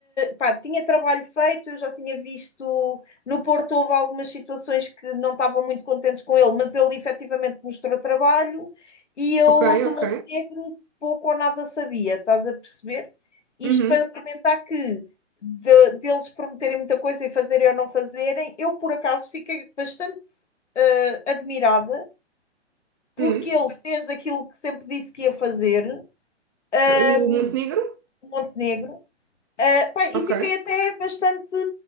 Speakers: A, on the left; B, on the right.
A: pá, tinha trabalho feito, eu já tinha visto no Porto houve algumas situações que não estavam muito contentes com ele, mas ele efetivamente mostrou trabalho e eu
B: Ok,
A: do
B: ok.
A: Montenegro pouco ou nada sabia, estás a perceber? Isto
B: Uhum.
A: para comentar que de- deles prometerem muita coisa e fazerem ou não fazerem, eu por acaso fiquei bastante eh, admirada porque
B: Uhum.
A: ele fez aquilo que sempre disse que ia fazer eh,
B: O Montenegro?
A: Montenegro. Ah, pá, e
B: Ok.
A: fiquei até bastante